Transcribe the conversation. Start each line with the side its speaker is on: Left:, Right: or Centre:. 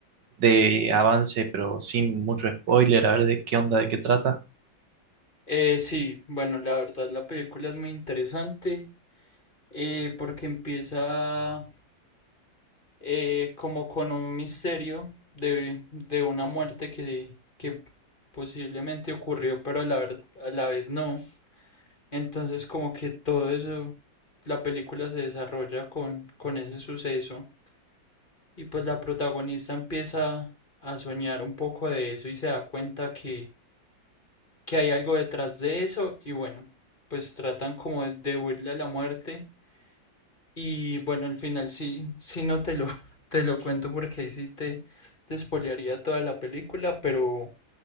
Right: de avance, pero sin mucho spoiler, a ver de qué onda, de qué trata.
Left: Eh, sí, bueno, la verdad la película es muy interesante eh, porque empieza eh, como con un misterio de, de una muerte que, que posiblemente ocurrió, pero a la, ver- a la vez no. Entonces como que todo eso, la película se desarrolla con, con ese suceso y pues la protagonista empieza a soñar un poco de eso y se da cuenta que, que hay algo detrás de eso y bueno, pues tratan como de de huirle a la muerte Y bueno, al final sí, sí no te lo, <laughs> te lo cuento porque ahí sí te, te spoilearía toda la película, pero